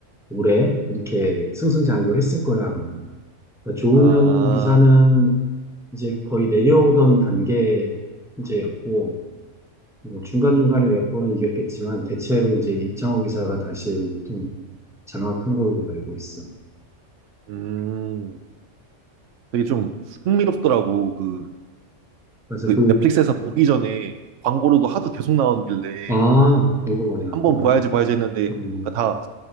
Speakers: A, in the centre; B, on the right (about 75°).
A: 오래 이렇게 승승장구 했을 거야, 아마. 그러니까 조은현
B: 아,
A: 기사는 이제 거의 내려오던 단계 이제였고, 뭐 중간중간에 몇 번은 이겼겠지만, 대체로 이제 이창호 기사가 다시 좀 장악한 걸로 알고 있어.
B: 음, 되게 좀 흥미롭더라고. 그
A: 그래서
B: 그
A: 그,
B: 넷플릭스에서 보기 전에 광고로도 하도 계속 나오길래
A: 아, 이거 많이 났구나.
B: 한번 봐야지 봐야지 했는데
A: 음,
B: 그다